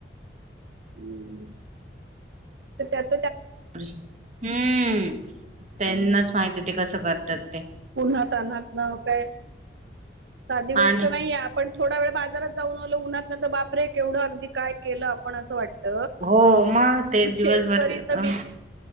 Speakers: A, on the right; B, on the right.
A: हम्. त्यात
B: हम्म त्यांनाच
A: हं.
B: माहिती. ते कसं करते <inaudible>
A: उन्हात तान्हात न काय साधी
B: आणि
A: गोष्ट नाहीये आपण थोडा वेळ बाजारात जाऊन आलो उन्हात बापरे केवढं अगदी काय केलं आ पण अस वाटत.
B: हो मग ते दिवसभर
A: शेतकरी तर
B: अ,
A: बीच